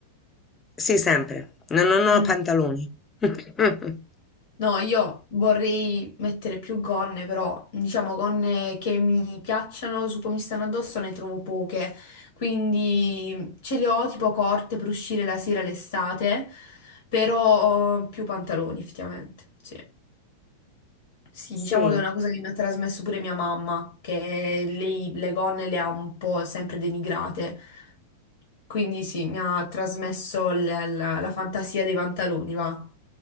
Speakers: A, on the left; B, on the left.
A: Sì, sempre. Non, non ho
B: Mm.
A: pantaloni. <laughs>
B: No, io vorrei mettere più gonne, però diciamo gonne che mi piacciono, su come mi stanno addosso ne trovo poche, quindi ce le ho tipo corte per uscire la sera l'estate, però ho più pantaloni effettivamente. Sì. Sì, diciamo
A: Sì.
B: che è una cosa che mi ha trasmesso pure mia mamma, che lei le gonne le ha un po' sempre denigrate, quindi sì, mi ha trasmesso l- la la fantasia dei pantaloni, va.